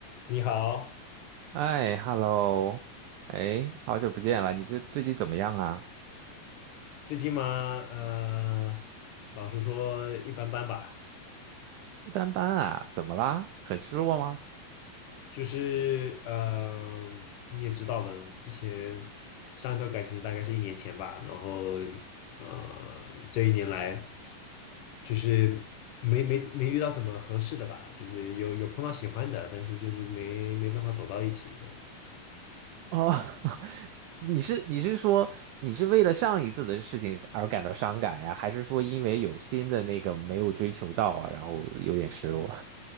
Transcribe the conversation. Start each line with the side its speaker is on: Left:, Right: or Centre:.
Left: 你好，
Right: 哎，hello，哎，好久不见了，你这最近怎么样啊？
Left: 最近嘛，呃，老实说一般般吧，
Right: 一般般啊，怎么啦？很失落吗？
Left: 就是呃，你也知道的，之前上一段感情大概是一年前吧，然后呃，这一年来就是没没没遇到什么合适的吧，就是有有碰到喜欢的，但是就是没没办法走到一起的
Right: 哦，<laughs> 你是你是说你是为了上一次的事情而感到伤感呀，还是说因为有新的那个没有追求到啊，然后有点失落？